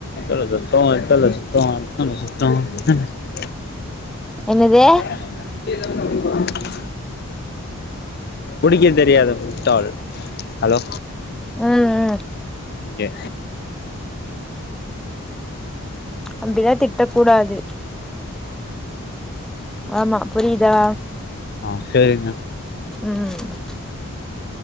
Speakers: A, on the left; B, in the centre.
A: இத்தல குத்தோ இத்தல சத்தோ இத்தல சத்தோ இத்தல சத்தோ
B: என்னது
A: அஹ ்சடி புடிக்க தெரியாத முட்டாள் ஹலோ
B: ம் ம்
A: ஓகே
B: அப்டிதா திட்டக்க கூடாது ஆமா புரிதா
A: ஆ சேரிங்க
B: ம்